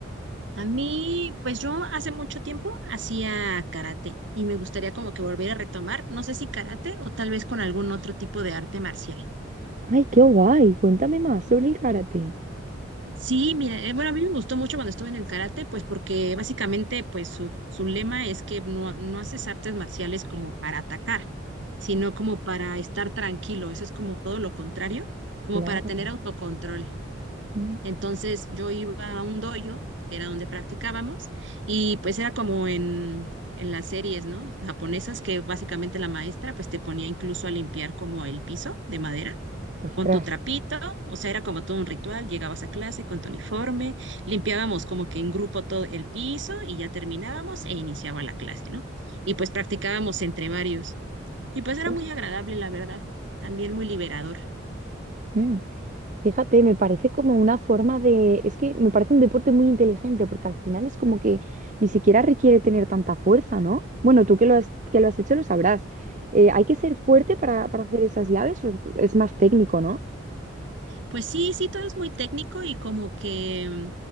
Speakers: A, on the right; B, on the right.
A: A mí, pues yo hace mucho tiempo hacía karate y me gustaría como que volver a retomar, no sé si karate o tal vez con algún otro tipo de arte marcial.
B: Ay, qué guay. Cuéntame más sobre el karate.
A: Sí, mira, eh, bueno, a mí me gustó mucho cuando estuve en el karate, pues porque básicamente pues su, su lema es que no, no haces artes marciales como para atacar, sino como para estar tranquilo, eso es como todo lo contrario, como
B: Claro.
A: para tener autocontrol.
B: Mm.
A: Entonces yo iba a un dojo, que era donde practicábamos, y pues era como en, en las series, ¿no? Japonesas, que básicamente la maestra pues te ponía incluso a limpiar como el piso de madera
B: Ostras.
A: con tu trapito, o sea, era como todo un ritual, llegabas a clase con tu uniforme, limpiábamos como que en grupo todo el piso y ya terminábamos e iniciaba la clase, ¿no? Y pues practicábamos entre varios. Y pues era muy
B: Ostras.
A: agradable, la verdad, también muy liberador.
B: Mm. Fíjate, me parece como una forma de... Es que me parece un deporte muy inteligente porque al final es como que ni siquiera requiere tener tanta fuerza, ¿no? Bueno, tú que lo has, que lo has hecho lo sabrás. Eh, ¿hay que ser fuerte para,
A: Ujú.
B: para hacer esas llaves o es es más técnico, ¿no?
A: Pues sí, sí, todo es muy técnico y como que mm,